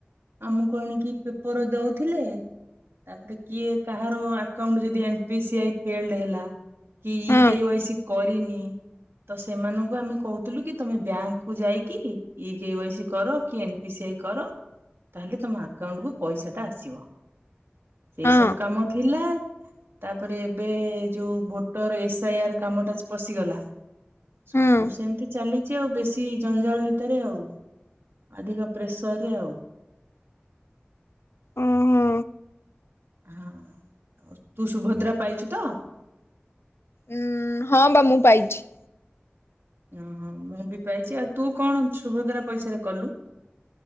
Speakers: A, on the right; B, on the left.
A: ଆମକୁ ଆଣିକି ପେପ୍ ର ଦଉଥିଲେ ତାପରେ କିଏ କାହାର ଆକାଉଣ୍ଟ ଯଦି N P C I failed ହେଲା କି
B: ହଁ
A: କେୱାଇସି କରିନି ତ ସେମାନଙ୍କୁ ଆମେ କହୁଥିଲୁ କି ତମେ ବ୍ୟାଙ୍କକୁ ଯାଇକି ଇକେୱାସି କର କି ପି ସି ଆଇ କର ତାହେଲେ ତମ ଆକାଉଣ୍ଟକୁୁ ପଇସା ଟା ଆସିବ। ସେ
B: ହଁ
A: ସବୁ କାମ ଥିଲା ତାପରେ ଏବେ ଯୋଉ ଭୋଟର ଏସ୍ ଆଇ ଆର କାମଟା ଜ ପଶିଗଲା। ସବୁ
B: ହଁ
A: ସେମିତି ଚାଲିଛି ଆଉ ବେଶୀ ଜଞ୍ଜାଳ ଭିତରେ ଆଉ ଅଧିକା ପ୍ରେସରରେ ଆଉ।
B: ଅଁ ହଁ।
A: ହଁ ଆଉ ତୁ ସୁଭଦ୍ରା ପାଇଛୁ ତ?
B: ଉଁ ହଁ ବା ମୁଁ ପାଇଛି।
A: ଅଁ ହଁ ମୁଁ ବି ପାଇଛି ଆଉ ତୁ କଣ ସୁଭଦ୍ରା ପଇସାରେ କଲୁ?